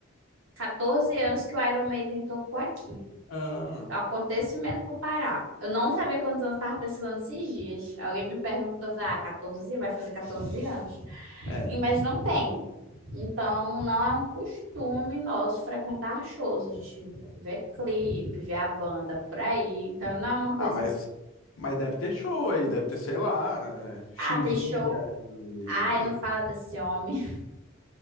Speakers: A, on the right (about 80°); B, on the left (about 80°).
A: 14 anos que o Iron Maiden tocou aqui.
B: Ah,
A: É um acontecimento pro Pará. Eu não sabia quantos anos eu tava pesquisando esses dias. Alguém me perguntou, eu falei, ah, 14? Vai fazer 14 anos.
B: é.
A: E- Mas não tem. Então, não é um costume nosso frequentar shows. A gente vê clipe, vê a banda por aí. Então, não é uma coisa
B: Ah, mas,
A: que.
B: mas deve ter show aí, deve ter, sei lá, é, Chimbinha,
A: Ah, tem show.
B: e
A: Ai, não fala desse homem.